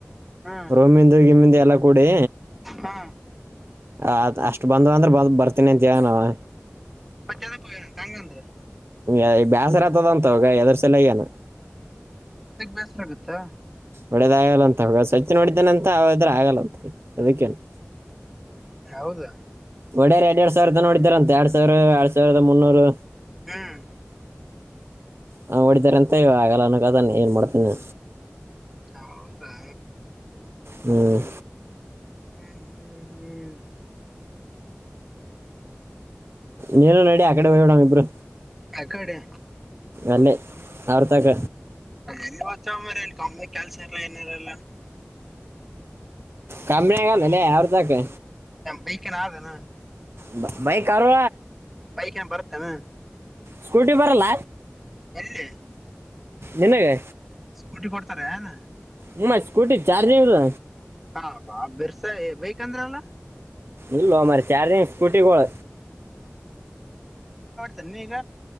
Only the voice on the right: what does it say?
ರೋಮಿಂದ ಗಿಮಿಂದು ಎಲ್ಲ ಕೂಡಿ
ಆ ಅಷ್ಟು ಬಂದ್ ಅಂದ್ರೆ ಬಂದ ಬರ್ತೀನಿ ಅಂತ ಹೇಳ್ನ ಅವ
ಏಯ್ ಬ್ಯಾಸರಾಗ್ತದಂತವಾಗ <unintelligible>
ಒಡೇದ ಆಗಲ್ಲಂತ ಸಚಿನ್ ಹೊಡಿತನಂತ ಅವದ್ರ ಆಗಲ್ಲಂತ ಅದಕ್ಕೇನೆ
ಒಡೆಯರ್ ಎರಡ್ ಎರಡ್ ಸಾವಿರದ ನೋಡಿದಾರ ಅಂತ ಎರಡ್ ಸಾವಿರ ಎರಡ್ ಸಾವಿರದ ಮುನ್ನೂರು
ಹಾ ಹೊಡಿದಾರೆ ಅಂತ ಇ ಆಗಲ್ಲ ಅನಗದಾನ ಏನ್ ಮಾಡ್ತೇನಿ
ಹ್ಮ್
ನೀನ ನಡಿ ಆ ಕಡೆ ಹೋಗಡಂಗ ಇಬ್ರು
ಅಲ್ಲೇ ಅವ್ರ ತಕ
ಕಮ್ಮಿ ಆಗಲ್ಲ ಅಲ್ಲೇ ಅವ್ರದಕೆ
ಬೈ ಬೈಕ್ ಕಾರೆ
ಸ್ಕೂಟಿ ಬರಲ್ಲ
ನಿನಗೆ
ನಿಮ್ಮ ಸ್ಕೂಟಿ ಚಾರ್ಜಿಂಗ್ ಇಲ್ಲ
ಇಲ್ಲೋ ಮ್ರ ಚಾರ್ಜಿಂಗ್ ಸ್ಕೂಟಿ ಗೊಳ್